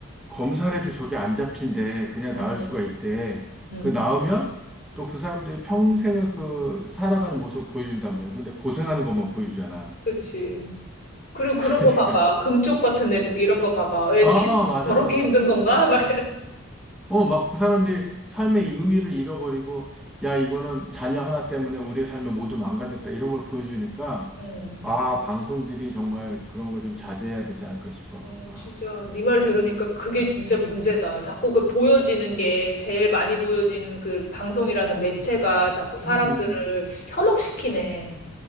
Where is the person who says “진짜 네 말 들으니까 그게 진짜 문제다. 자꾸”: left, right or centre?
Left